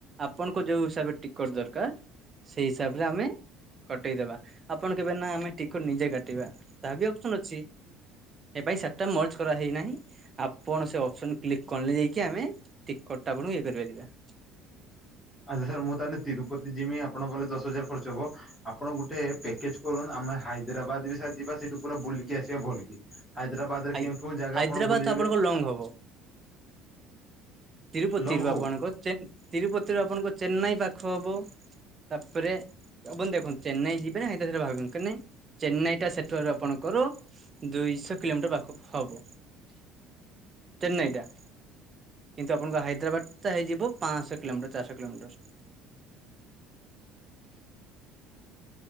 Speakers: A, on the right; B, in the centre.
A: ଆପଣଙ୍କ ଯୋଉ ହିସାବରେ ଟିକଟ ଦରକାର ସେଇ ହିସାବରେ ଆମେ କଟେଇଦବା ଆପଣ କେବେ ନା ଆମେ ଟିକଟ ନିଜେ କା ଟିବା ତାହା ବି ଅପସନ୍ ଅଛି।
B: <inaudible>
A: ଏ ପାଇଁ ସାର୍ଟ ଟା ମର୍ଚ କରା ହେଇନାହିଁ ଆପଣ ସେ ଅପସନ କ୍ଲିକ କଲେ ଯାଇକି ଆମେ ଟିକଟ ଟା ଆପ ଏଇ <unintelligible>
B: <inaudible> ଆଚ୍ଛା ସାର୍ ମୁଁ ତାହେଲେ ତିରୁପତି ଯିମି ଆପଣଙ୍କ କଲେ ଦଶ ହଜାର ଖର୍ଚ୍ଚ ହବ ଆପଣ ଗୁଟେ ପେକେଜ୍ କରୁନ୍ତୁ ଆ ଆମେ ହାଇଦ୍ରାବାଦ ବି ସାର୍ ଯିବା ସେଇଠୁ ପୁରା ବୁଲିକି ଆସିବା ଭଲକି। ହାଇଦ୍ରାବାଦରେ
A: ହାଇ
B: କେଉଁ କେଉଁ ଜାଗା
A: ହାଇଦ୍ରାବାଦ
B: ଆପଣ ବୁଲେଇବେ?
A: ଆପଣଙ୍କ ଲଙ୍ଗ ହବ। ତିରୁପତିରୁ
B: ଲଙ୍ଗ ହଉ।
A: ଆପଣଙ୍କୁ ଚେନ୍ ତିରୁପତିରୁ ଆପଣଙ୍କୁ ଚେନ୍ନାଇ ପାଖ ହବ। ତାପରେ ଆପଣ ଦେଖନ୍ତୁ ଚେନ୍ନାଇ ଯିବେ ହାଇଦ୍ରା ବାଦ୍ ଭାବିନ୍ତୁ କେନେ ଚେନ୍ନାଇ ଟା ସେଠାରୁ ଆପଣ ଘରୋ ଦୁଇଶହ କିଲୋମିଟର ପାଖକୁ ହବ।
B: <inaudible>
A: ଚେନ୍ନାଇଟା। କିନ୍ତୁ ଆପଣଙ୍କୁ ହାଇଦ୍ରାବାଦ ଟା ହେଇଯିବ ପାଞ୍ଚଶହ କିଲୋମିଟର ଚାରିଶହ କିଲୋମିଟର।
B: <inaudible>